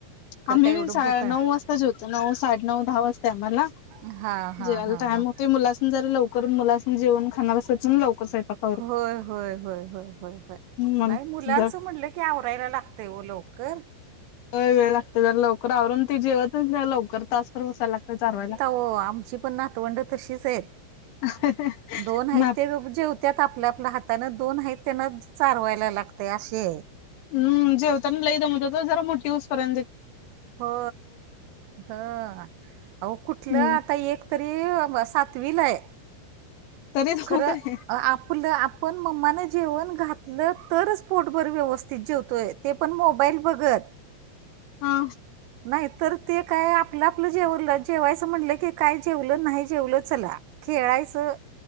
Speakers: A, on the left; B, on the right.
A: आम्ही
B: काय एवढं
A: बी सा
B: भोका
A: नऊ वाजता जेवतो नऊ साडे नऊ दहा वाजते आम्हाला.
B: दहा वाजता त्यांना हा हा
A: जेवायला
B: हा
A: टाइम
B: हा
A: होते मुलासनि जरा लवकर मुलासनि जेऊण खाणार असं म्हणून लवकरच सायंपाक
B: होय होय होय होय होय होय
A: मग
B: नाही मुलांचं
A: जर
B: म्हटलं की आवरायला लागतेय हो लवकर.
A: होय वेळ लागतो जर लवकर आवरून ते जेवतच नाही लवकर तास भर बसाय लागत चारवायला.
B: हो आमचि पण नातवंड तशीच आहेत.
A: <inaudible>
B: दोन आहेत
A: ना
B: ते गप्प जेवत्यात आपल आपल हाताानं दोन आहेत त्यांना चारवायला लाग ते असे
A: हम्म जेवताना लय दमवत्यात जरा मोठी होऊस पर्यंत
B: हो हो अव कुठलं
A: हम्म
B: आता एक तरी सातवीला आहे.
A: तरी जमतंय
B: खरं आपलं आप पण मम्मान जेवण घातलं तरच पोटभर व्यवस्थित जेवतोय ते पण मोबाईल बघत.
A: हा
B: <inaudible> नाही तर ते काय आपलं आपलं जेवलं जेवायचं म्हटलं की काय जेवलं नाही जेवलं चला. खेळायचं